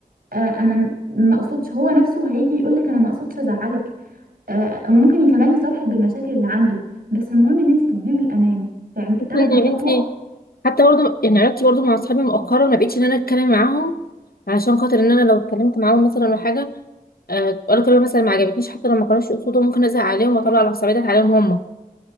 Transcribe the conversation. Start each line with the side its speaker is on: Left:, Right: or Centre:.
Right: آه، انا ما اقصدش هو نفسه هيجي يقولك انا ما اقصدش ازعلك آه، وممكن ي- كمان يصارحك بالمشاكل اللي عنده بس المهم ان انت تديله الامان تعم- تاخدي
Left: اصلا يا
Right: خطوه
Left: بنتي حتى برضه يعني علاقتي برضه مع اصحابي مؤخرا ما بقتش ان انا اتكلم معاهم علشان خاطر ان انا لو اتكلمت معاهم مثلا ولا حاجه آه، قالوا كلمه مثلا ما عجبتنيش حتى لو ما كانوش يقصدوا ممكن ازعل عليهم واطلع العصبيه ديت عليهم هم